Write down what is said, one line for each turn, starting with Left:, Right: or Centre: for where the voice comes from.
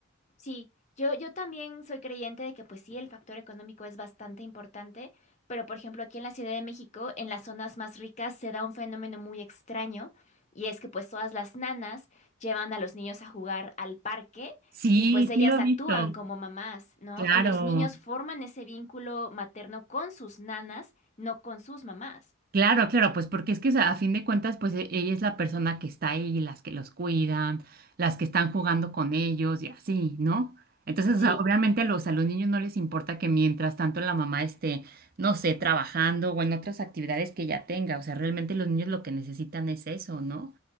Left: Sí, yo, yo también soy creyente de que pues sí, el factor económico es bastante importante, pero por ejemplo aquí en la Ciudad de México, en las zonas más ricas, se da un fenómeno muy extraño y es que pues todas las nanas llevan a los niños a jugar al parque
Right: Sí,
Left: y pues ellas
Right: sí lo he
Left: actúan
Right: visto.
Left: como mamás, ¿no?
Right: Claro,
Left: Y los niños forman ese vínculo materno con sus nanas, no con sus mamás.
Right: claro, claro, pues porque es que o sea, a fin de cuentas, pues e- ella es la persona que está ahí, las que los cuidan, las que están jugando con ellos y así, ¿no? Entonces,
Left: Sí.
Right: o sea, obviamente a los, a los niños no les importa que mientras tanto la mamá esté, no sé, trabajando o en otras actividades que ella tenga, o sea, realmente los niños lo que necesitan es eso, ¿no?